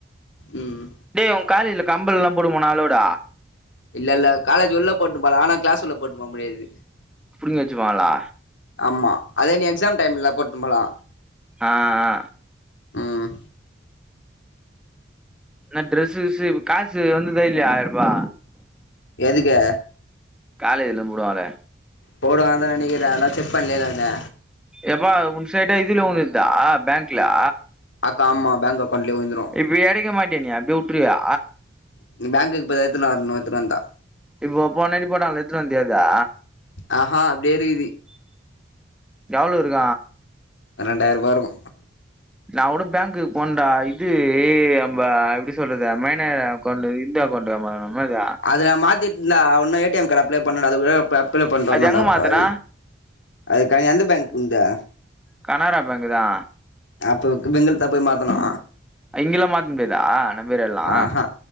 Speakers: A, on the left (about 80°); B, in the centre.
A: ம்
B: டேய் உங்க காலேஜில கம்பல்லா போட்டுனு போனா அலோட
A: இல்ல இல்ல காலேஜ் உள்ள போட்னு போல ஆனா கிளாஸ் உள்ள போட்னுபோ முடியாது
B: புடிங்கி வெச்சுப்பாங்ளா
A: ஆமா அதே நீ எக்ஸாம் டைம்லா போட்னு போலா
B: ஆ ஆ
A: ம்
B: என்ன ட்ரஸு கிஸ்ஸு காசு வந்துதா இல்லியா ஆயர்ருபா
A: எதுக்கு
B: காலேஜ் இர்ந்து போடுவாங்ளே
A: போடுவாங்கந்தா நெனைக்கிறே நா செக் பண்ணலயே நானு
B: எப்பா உன் சைடு இதுல உழ்ந்திர்தா பேங்க்லா
A: அக் ஆமா பேங்க் அக்கௌண்ட்லே உழ்ந்துரு
B: இப்ப எடுக்க மாட்டியா நீ அப்டியே உட்ருவியா
A: இனி பேங்க்குக் போய் தா எத்துனு வர்ணு எத்துனு வந்தா
B: இப்போ போன வாட்டி போட்டாங்ளே எத்துனு வந்தியே அதா
A: ஆஹா அப்டியே இருகிதி
B: எவளோ இருகு
A: அ ரெண்டாய்ருபா இருகு
B: நாங்கூட பேங்க்குக் போன்டா இது எ நம்ப எப்டி சொல்றது மை னர் அக்கௌண்டு இந்த அக்கௌண்டு வேணுமா என்னமோ அது
A: அது நா மாத்தீட்ன்டா உன்னு A T M card apply பண்ணுடா அது கூட அப் அப்பிளே பண்ட்டு வரனுடா
B: அது எங்க மாத்துன
A: பாவி அதுக்கா எந்த பேங்க் உன்து
B: கனாரா பேங்கு தா
A: அப்போ உக்கு பெங்கல் தா போய் மாத்தணு
B: இங்கில்லா மாத் முடியாதா நம்ப ஏரியால்லா
A: ஆஹா